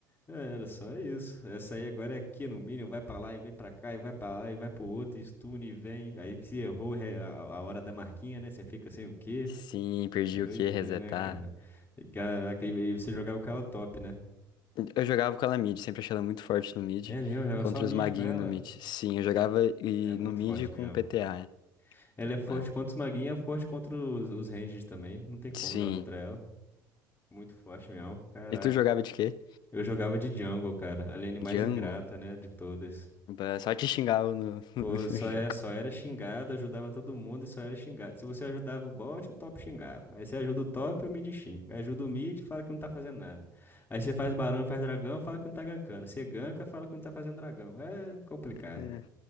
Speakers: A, on the left; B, on the left.
A: É, Era só isso. Essa aí agora é aqui no Minion, vai pra lá e vem pra cá, e vai pra lá e vai pro outro, e stun e vem. Aí se errou re- a, a hora da marquinha, né? Você fica assim, o quê?
B: Sim, perdi
A: É doideira,
B: o que Resetar.
A: né, cara? E, Caraca, e e você jogava com ela top, né?
B: Eu jogava com ela mid, sempre achei ela muito forte no mid,
A: É mesmo, joga
B: contra
A: só mid
B: os maguinhos
A: com ela?
B: no mid. Sim, eu jogava e
A: É muito
B: no mid
A: forte
B: com
A: mesmo.
B: PTA.
A: Ela é forte
B: bah.
A: contra os maguinhos, é forte contra os, os ranged também. Não tem como
B: Sim.
A: jogar contra ela. Muito forte mesmo. Caraca.
B: E tu jogava de quê?
A: Eu jogava de jungle, cara. A lane mais
B: Django?
A: ingrata, né, de todas.
B: Bah, Só te xingava no, <laughs>
A: Pô, só,
B: no jogo.
A: é, só era xingado, ajudava todo mundo e só era xingado. Se você ajudava o bot, o top xingava. Aí você ajuda o top, o mid xinga. Aí Ajuda o mid, fala que não tá fazendo nada. Aí você faz barão, faz dragão, fala que não tá gankando. Você ganka, fala que não tá fazendo dragão. É complicado,
B: É.
A: cara.